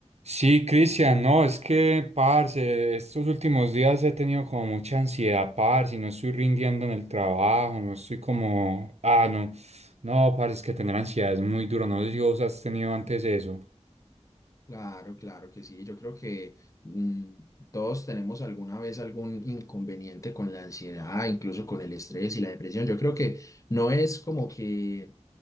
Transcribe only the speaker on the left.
Claro, claro que sí. Yo creo que mm, todos tenemos alguna vez algún inconveniente con la ansiedad, incluso con el estrés y la depresión. Yo creo que no es como que